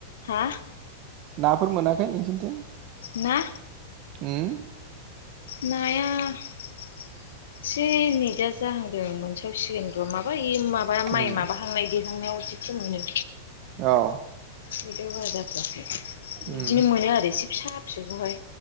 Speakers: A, on the left; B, on the right.
A: हा
B: नाफोर मोनाखै नोंसोरनिथिं?
A: ना
B: उम
A: नाया एसे नेदा जाहांदों मोनसेावसिगोन र' माबाय माबा माइ
B: उम
A: माबाहांनाय देहांनायाव बोथिसे मोनो।
B: औ।
A: बेदि ब जा जआाखै बिदिनो
B: उम
A: मोनो आरो एसे फिसा फिसौखौहाय